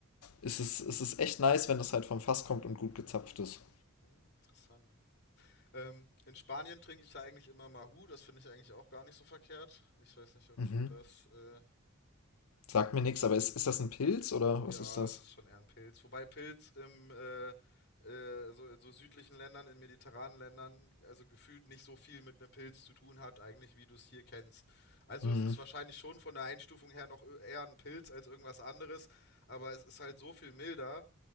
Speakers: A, on the left; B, on the left.
A: Es ist,
B: Hm,
A: es ist echt nice, wenn das halt vom Fass kommt und gut gezapft ist.
B: hm, interessant. Ähm, in Spanien trinke ich ja eigentlich immer Mahu. Das finde ich eigentlich auch gar nicht so verkehrt. Ich weiß nicht, ob
A: Mhm.
B: du das äh,
A: Sagt mir nichts, aber ist, ist das ein Pilz oder
B: Ja,
A: was ist das?
B: es ist schon eher ein Pilz. Wobei Pilz im äh, äh, so, in so südlichen Ländern, in mediterranen Ländern, also gefühlt nicht so viel mit einem Pilz zu tun hat, eigentlich, wie du es hier kennst. Also
A: Mhm.
B: es ist wahrscheinlich schon von der Einstufung her noch ö- eher ein Pilz als irgendwas anderes, aber es ist halt so viel milder,